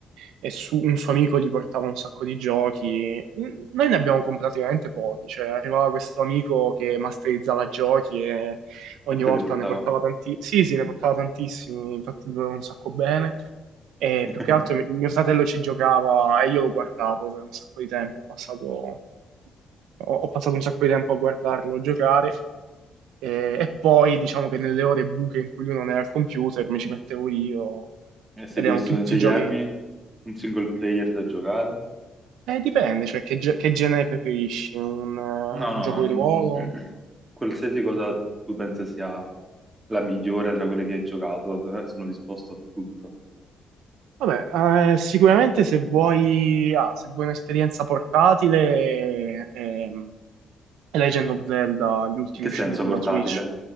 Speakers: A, on the right; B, on the right.
A: e su- un suo amico gli portava un sacco di giochi. Mm, Noi ne abbiamo comprati veramente pochi, cioè arrivava questo amico che masterizzava giochi e ogni
B: E
A: volta
B: te li portavo.
A: ne portava tanti. Sì, sì, ne portava tantissimi, infatti gli voleva un sacco bene. E
B: <laughs>
A: più che altro mi- mio fratello ci giocava e io lo guardavo per un sacco di tempo, ho passato ho, ho passato un sacco di tempo a guardarlo giocare e, e poi diciamo che nelle ore buche in cui lui non era al computer mi ci mettevo io
B: E se
A: ed
B: dovessi
A: erano tutti
B: consigliarmi
A: giochi.
B: un single player da giocare?
A: Eh, dipende, cioè che, ge- che genere preferisci? Un, eh,
B: No,
A: un
B: no,
A: gioco
B: n-
A: di ruolo?
B: <clears throat> qualsiasi cosa tu pensi sia la migliore tra quelle che hai giocato, eh, sono disposto a tutto.
A: Vabbè, eh, sicuramente se vuoi, ah, se vuoi un'esperienza portatile, ehm, è Legend of Zelda, gli ultimi
B: In che
A: usciti
B: senso
A: sulla
B: portatile?
A: Switch.